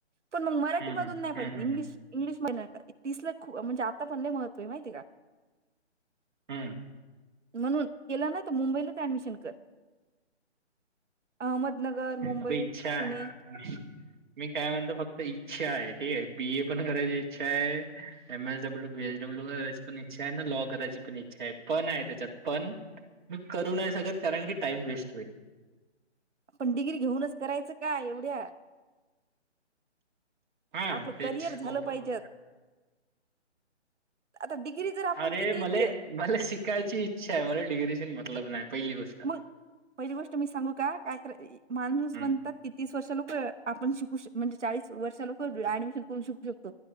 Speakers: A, on the right (about 80°); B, on the right (about 45°).
A: पण म मराठी
B: हम्म
A: मधून
B: हम्म
A: नाही पाहिजे
B: हम्म
A: इंग्लिश
B: हम्म
A: इंग्लिश महिन तीसला खूप म्हणजे आता पण लय महत्व आहे माहितीए का?
B: हम्म
A: म्हणून केला ना त मुंबईलाच ऍडमिशन कर अहमद नगर, मुंबई,
B: अबे इच्छा
A: पुणे
B: <inaudible> मी काय म्हणतो फक्त इच्छा आहे ठीक आहे बी ए पण करायची इच्छा आहे M S W B S W करायची पण इच्छा आहे ना लॉ करायची पण इच्छा आहे पण आहे त्याच्यात पण
A: <inaudible>
B: मी करू नाय शकत कारण की टाईम वेस्ट होईल.
A: आपण डिग्री घेऊनच करायचं का एवढ्या
B: हा
A: आपलं
B: तेच
A: करिअर झालं
B: होप
A: पाहिजे
B: अं
A: आता डिग्री जर आपण
B: अरे
A: किती
B: मले
A: ज-
B: मले शिकायची इच्छा हाय मले डिग्रीशी मतलब नाही पहिली गोष्ट
A: मग पहिली गोष्ट मी सांगू का कायतर माणूस
B: हम्म
A: म्हणतात कि तीस वर्ष लोक आपण शिकूश म्हणजे चाळीस वर्षा लोक ऍडमिशन करून शिकू शकतो